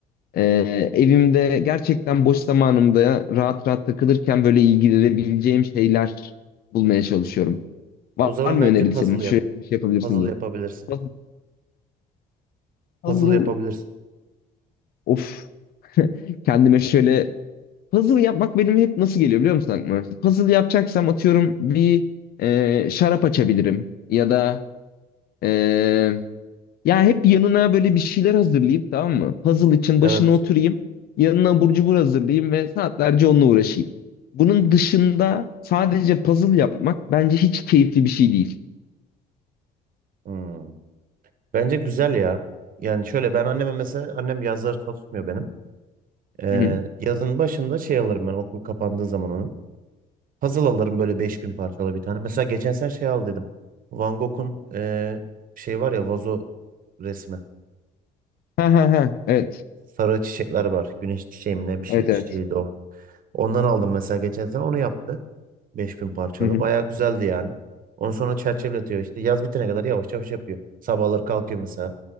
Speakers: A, on the left; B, on the right.
A: e, evimde gerçekten boş zamanımda rahat rahat takılırken böyle ilgilenebileceğim şeyler bulmaya çalışıyorum. Var,
B: O zaman
A: var mı
B: bence
A: önerin
B: puzzle
A: senin? Şöyle
B: yap.
A: bir şey yapabilirsin
B: Puzzle
A: diye.
B: yapabilirsin.
A: Puzzle, puzzle-
B: Puzzle yapabilirsin.
A: of <laughs> kendime şöyle Puzzle yapmak benim hep nasıl geliyor biliyor musun aklıma? İşte puzzle yapacaksam atıyorum bir e, şarap açabilirim ya da e, ya hep yanına böyle bir şeyler hazırlayıp tamam mı? Puzzle için
B: Evet.
A: başına oturayım. Yanına abur cubur hazırlayayım ve saatlerce onunla uğraşayım. Bunun dışında sadece puzzle yapmak bence hiç keyifli bir şey değil.
B: Hmm. Bence güzel ya. Yani şöyle ben anneme mesela annem yazları çalışmıyor benim. Ee,
A: Hı hı.
B: yazın başında şey alırım ben okul kapandığı zaman onu. Puzzle alırım böyle 5000 parçalı bir tane. Mesela geçen sen şey al dedim. Van Gogh'un ee, şey var ya vazo resmi.
A: Ha ha ha. Evet.
B: Sarı çiçekler var. Güneş çiçeği mi ne bir şey
A: Evet
B: çiçeğiydi
A: evet.
B: o. Ondan aldım mesela geçen sene onu yaptı. 5000 parçalı.
A: Hı hı.
B: Bayağı güzeldi yani. Onu sonra çerçeveletiyor işte. Yaz bitene kadar yavaş yavaş yapıyor. Sabahları kalkıyor mesela.